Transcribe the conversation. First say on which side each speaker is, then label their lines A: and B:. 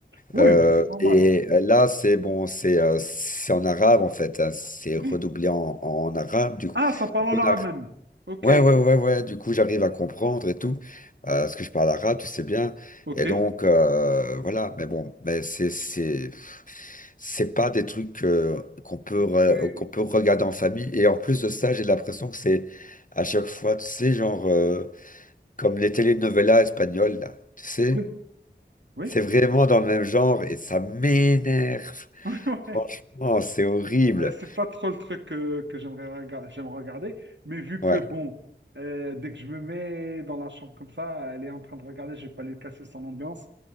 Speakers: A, on the right (about 75°); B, on the left (about 45°).
A: oui,
B: Euh,
A: mais c'est normal.
B: et euh, là, c'est bon, c'est euh, c'est en arabe, en fait. hein, c'est redoublé
A: Oui.
B: en, en arabe, du coup.
A: Ah, ça parle en
B: On
A: arabe
B: a-
A: même. Ok,
B: Ouais, ouais, ouais, ouais. Du coup, j'arrive à comprendre et tout. Euh, parce que je parle arabe, tu sais bien.
A: ok.
B: Et donc, euh, voilà. Mais bon, mais c'est... c'est... C'est pas des trucs euh, qu'on peut,
A: Oui,
B: re- qu'on peut regarder en famille. Et en plus de ça, j'ai l'impression que c'est à chaque fois, tu sais, genre euh, comme les telenovelas espagnoles, là. Tu sais,
A: oui, oui.
B: c'est vraiment dans le même genre et ça m'énerve.
A: <laughs>
B: Franchement,
A: Oui.
B: c'est horrible.
A: Ouais, C'est pas trop le truc que, que j'aimerais rega- j'aime regarder, mais vu
B: Ouais,
A: que bon, euh, dès que je me mets dans la chambre comme ça, elle est en train de regarder, je vais pas lui casser son ambiance.